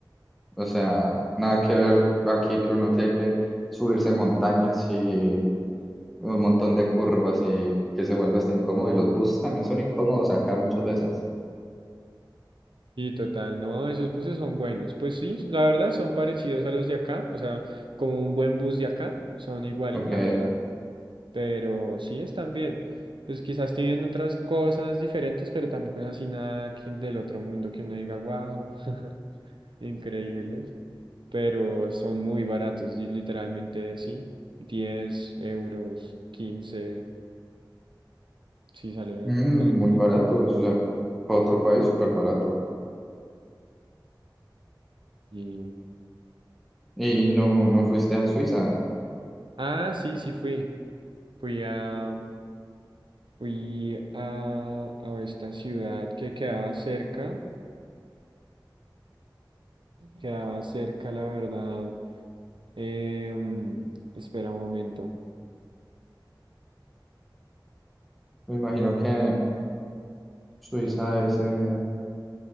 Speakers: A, in the centre; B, on the right.
A: O sea, nada que ver aquí que uno tiene que subirse montañas y un montón de curvas y que se vuelve hasta incómodo. Y los buses también son incómodos acá muchas veces.
B: Y total, no, esos buses son buenos. Pues sí, la verdad son parecidos a los de acá, o sea, como un buen bus de acá, son iguales,
A: Ok,
B: la verdad, pero sí están bien. Pues quizás tienen otras cosas diferentes, pero tampoco es así nada que del otro mundo que uno diga, wow, <laughs> increíble. Pero son muy baratos, y literalmente sí, 10 euros, 15 sí sale,
A: Mm,
B: sale muy
A: muy baratos,
B: económico.
A: o sea, para otro país súper barato.
B: Y...
A: Y no, no fuiste a Suiza.
B: Ah, sí, sí fui. Fui a Fui a, a esta ciudad que quedaba cerca, quedaba cerca, la verdad. em, espera un momento.
A: Me imagino que Suiza debe ser,